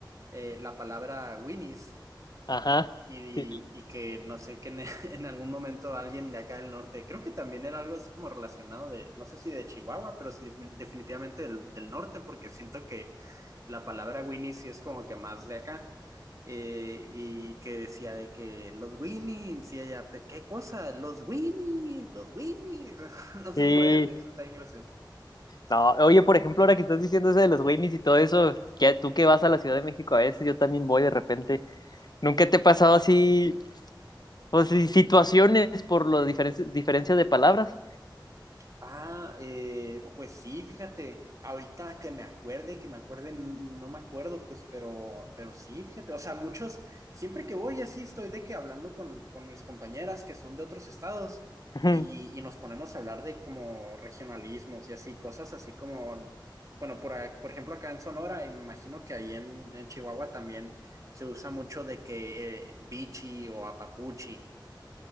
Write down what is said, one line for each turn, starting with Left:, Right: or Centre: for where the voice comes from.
Right: eh, la palabra Winnie's
Left: Ajá.
Right: y,
Left: Sí.
Right: y que no sé, que en, <laughs> en algún momento alguien de acá del norte, creo que también era algo así como relacionado de, no sé si de Chihuahua, pero sí definitivamente del, del norte, porque siento que la palabra Winnie sí es como que más de acá. Eh, y que decía de que los Winnies, y ella, ¿qué cosa? Los Winnies, los Winnies. <laughs> No sé
Left: sí.
Right: si lo hayas visto, está bien gracioso.
Left: No, oye, por ejemplo, ahora que estás diciendo eso de los Goonies y todo eso, que tú que vas a la Ciudad de México a veces, yo también voy de repente. ¿Nunca te ha pasado así, o si- situaciones por las diferencias de palabras?
Right: Ah, eh, pues sí, fíjate, ahorita que me acuerde, que me acuerde, n- no me acuerdo, pues, pero, pero sí, fíjate, o sea, muchos, siempre que voy así estoy de que hablando con, con mis compañeras que son de otros estados
Left: <laughs>
Right: y, y nos ponemos a hablar de como regionalismos y así, cosas así como, bueno, por, a- por ejemplo, acá en Sonora, y me imagino que ahí en, en Chihuahua también se usa mucho de que eh, bichi o apapuchi.